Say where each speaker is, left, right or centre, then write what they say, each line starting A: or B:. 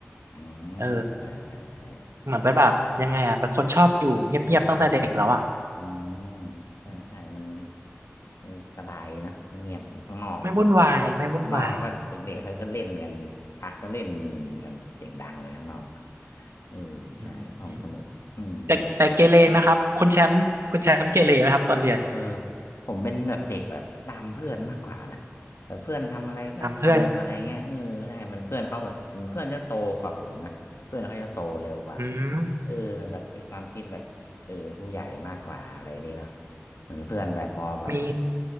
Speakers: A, on the left; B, on the right.
A: อื
B: เออ
A: มใช่ใช่ใช่
B: เหมือนเป็นแบบยังไงอ่ะเป็นคนชอบอยู่เงียบๆตั้งแต่เด็กแล้วอ่ะ
A: เนาะ อืมอืมอืม ใช่ใช่มัน
B: อืม
A: มันสบายนะเงียบอยู่ข้างนอก
B: ไม่วุ่นวายไม่วุ่นวาย
A: ข้างนอกเขาก็เด็กๆเขาก็เล่นกันพักก็เล่นกันเสียงดังเลยข้างนอกเออใช่ห้องสมุดอืม
B: อืมแต่แต่เกเรไหมครับคุณแชมป์คุณแชมป์เกเรไหมครับตอนเรียน
A: ใช่ เออผมเป็นแบบเด็กแบบตามเพื่อนมากกว่านะแบบเพื่อนทำอะไรก็ทำอะไรเงี้ยเออใช่มันเพื่อนเขาแบบเพื่อนจะโตกว่าผมนะเพื่อนเขาจะโตเร็วกว่า
B: ตามเพื่อนอืม
A: เออมันแบบเป็นความคิดแบบเออเป็นผู้ใหญ่มากกว่าอะไรนี่เนาะเหมือนเพื่อนแบบพอแบบ
B: มี